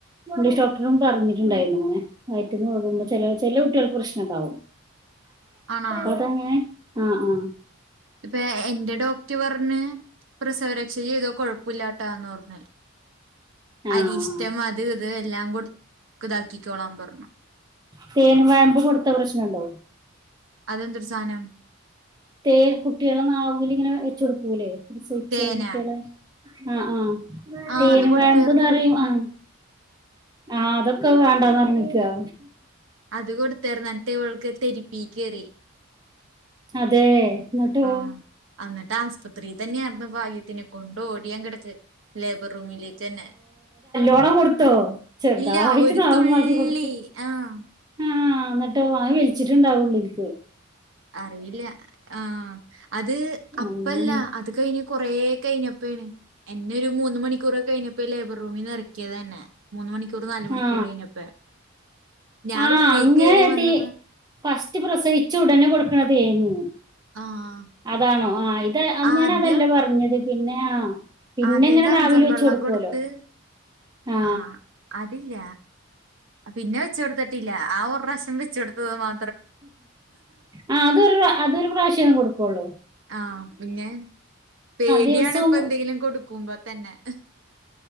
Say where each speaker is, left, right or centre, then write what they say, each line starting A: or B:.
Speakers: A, on the right (about 20°); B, on the right (about 65°).
A: ഇ ഡോക്ടറും പറഞ്ഞിട്ടുണ്ടായിരുന്നു അങ്ങനെ വയറ്റന്ന്കുമ്പോ ചില ചില കുട്ടികൾക്ക് പ്രശ്നംണ്ടാവും
B: ആണോ
A: അത ഞൻ ആഹ ആഹ
B: ഇപ്പൊ എന്റെ ഡോക്ട പറഞ്ഞ് പ്രസവരക്ഷ ചെയ്തോ കൊഴപ്പില്ലാട്ടാന്ന് പറഞ്ഞഞ്
A: ആഹ്
B: അരി ഇഷ്ടം അത് ഇത് എല്ലാം കൊ ഇതാക്കിക്കോളാാം പറഞ്ഞു
A: തേനും വേമ്പും കൊടുത്ത പ്രശ്നം ഉണ്ടാവും
B: അതെന്ത് സധാനം
A: തേ കുട്ടികള ന ആാവൂല ഇങ്ങനെ വെച്ച കൊടുക്കൂല്ലേ കത്സച്ച്
B: തേന
A: കുട്ടികളെ ആഹ ആഹ
B: ആഹ്
A: തേനും
B: അത് കൊടുത്തായിരുന്നു
A: വേഴമ്പന്ന്റിയും ആഹ ആഹ അതൊക്കെ വേണ്ടാന്ന്റിഞ്ഞിക്കുക
B: അത് കൊടുത്തർ എന്നിട്ട് ഇവൾക്ക് തെരുപ്പീ കയറി
A: അതെ എന്നിട്ടോ
B: ആ എന്നിട്ട് ത്രീ തന്നെയായിരുന്നു ഭാഗ്യത്തിനെ കൊണ്ട് ഓടിയാൻ കിടക്ക് ലേബർ റൂമിലേക്ക് തന്നെ
A: പണം കൊടുത്തോ ചെറുതാ
B: ഇല്ല
A: ആായിട്ട്ന്നാവും
B: ഒരു തുള്ളി
A: മാക്കി കൊൊടുക്ക
B: ആഹ്
A: ആഹ എന്നിട്ട് അ വലിച്ചിട്ടുണ്ടാവും ഉള്ളിലക്ക്
B: അറിയില്ല ആ അത്
A: ഉം.
B: അപ്പല്ല അത് കഴിഞ്ഞഞ് കൊറേ കഴിഞ്ഞപ്പണ് എന്നെ ഒരു മൂന്ന് മണിക്കൂറൊക്കെഴിഞ്ഞപ്പോ ലേബർ റൂമിൽ നിറക്കിയത് തന്നെ മൂന്ന് മണിക്കൂ തൂറ് നാല മണിക്കൂർ
A: ആ
B: കഴിഞ്ഞപ്പ ഞാൻറൂമി
A: ആ അങ്ങനെ
B: കയറി വന്നപ്പോ
A: തേ ഫസ്റ്റ് പ്രസവിച്ചു ഉടനെ കൊടുക്കണതേനീ
B: ആഹ്
A: അതാണോ ആഹ ഇത് ഞാൻ
B: ആദ്യം
A: അതല്ല പറഞ്ഞത് പിന്നെ ആ പിന്നെ
B: ആദ്യം
A: ഇങ്ങനെ
B: ചച
A: നാവിൽ വെച്ച്
B: വെള്ളം
A: കൊടുക്കുമല്ലോ
B: കൊടുത്ത്
A: ആ
B: ആഹാ അതില്ല പിന്നെ വെച്ച കൊടുത്തിട്ടില്ല ആ ഒരുാവശം വെച്ച കൊടുത്തത് മാ
A: ആ അതൊരു അതൊരു പ്രാവശ്യന്ന് കൊടുക്കള്ളൂ
B: ആഹ പിന്നെ പേടിയാണ്
A: ദിവസവും
B: ഇപ്പ എന്തെങ്കിലും കൊടുക്കുമ്പോ തന്നെ